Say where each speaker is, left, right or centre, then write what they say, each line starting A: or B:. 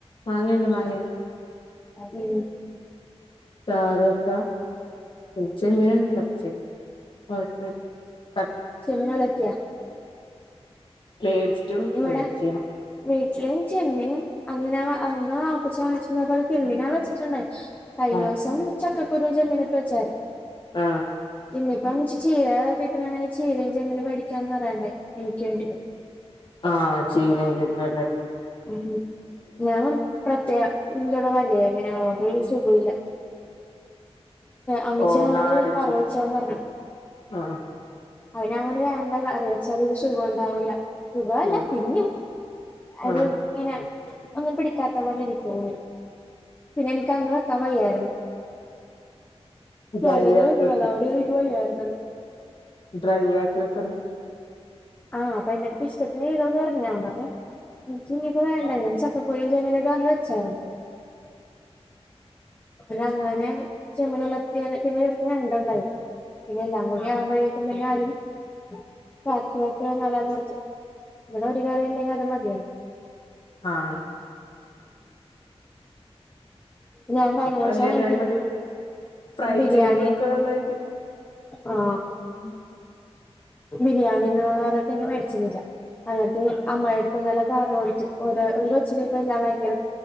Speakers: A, on the left; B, on the left.
A: മാങ്ങണ്ട് മാങ്ങണ്ട്
B: അതെ
A: ചാറു വെക്കാം <unintelligible>
B: ചെമീനൊലത്തിയ
A: മേടിച്ചിട്ടും
B: ഇവിടെ
A: അതും ചെയ്യണം
B: വീട്ടിലും ചെമ്മീനും അങ്ങനെ വ <unintelligible> കിള്ളി മീനെ വെച്ചിട്ടുണ്ടായി കഴിഞ്ഞ
A: ആ
B: ദിവസം ചക്ക കുരും ചെമിനിട്ട് വെച്ചാർന്ന്
A: ആഹ്
B: ഇന്നയിപ്പ ചീര കിട്ടണണെങ്കിൽ ചീരയും ചെമ്മീനും മെടിക്കാന്ന് പറയണ്ടായി എനിക്ക് വേണ്ടി
A: ആഹ് ചീര <unintelligible>
B: ഉം ഞാൻ പ്രത്യേക <unintelligible> വലിയ ചെമീനാ അതോണ്ടൊരു സുഖ പോയില്ല അമ്മച്ചി
A: ഓ
B: എന്നോട്
A: നാരഞ്ചെമ്മീൻ
B: കറിവെച്ചാൻ പറഞ്ഞു
A: ആ
B: അപ്പോ ഞാൻ പറഞ്ഞ് വേണ്ട കറി വെച്ചാൽ സുഖം ഉണ്ടാവൂല്ല സുഖല്ല
A: ആ
B: തിന്നും
A: ആ
B: ഒരു ഇങ്ങനെ ഒന്നും പിടിക്കാത്ത പോലെ ഇരിക്ക പിന്നെ എനിക്ക് അന്ന് വെക്കാൻ വയ്യായിരുന്നു
A: ഡ്രൈ
B: ഞാൻതന്നെ
A: ആക്കി
B: വെക്കണം
A: വെക്ക്
B: അതോണ്ട് എനിക്ക് വയ്യായിരുന്ന്
A: ഡ്രൈ ആക്കി വെക്കു
B: ആഹ് അപ്പ എന്റെ അടുത്ത് ഇഷ്ടത്തിന് ചെയ്തോന് പറഞ്ഞ് ഞാൻ പറഞ്ഞു എനക്ക് ഇനിയിപ്പോ വേണ്ട ചക്കക്കുരുവും ചെമീനും കറിവെച്ചായിരുന്നു
A: <inaudible>
B: അങ്ങനെ ചെമ്മനല്ലെർത്തി പിന്നെ ഞണ്ട് ഉണ്ടായി പിന്നെ മുടി ആവുമ്പോഴേക്കും പിന്നെ <inaudible> ബാക്കി ആക്കിയ <unintelligible> ഇവിടെ ഒരു കറി ഉണ്ടെങ്കിൽ അത് മതി
A: ആഹ
B: ഞാൻ കഴിഞ്ഞ പ്രാവശ്യം
A: വലിയ ബിരിയാണി
B: എനിക്കും
A: മറ്റേ ഫ്രൈ
B: ബിരിയാണി
A: ചെയ്ത് വെക്കുക നല്ലതായിരിക്കും
B: ആ
A: <inaudible>
B: ബിരിയാണിന്ന് പറഞ്ഞട്ട് മേടിച്ചുന്നില്ല എന്നിട്ട് അമ്മായിറ്റടുത്തു പറഞ്ഞ് കൊടുത്തു ഒരു കൊച്ചിനപ്പല്ല ഭയങ്കര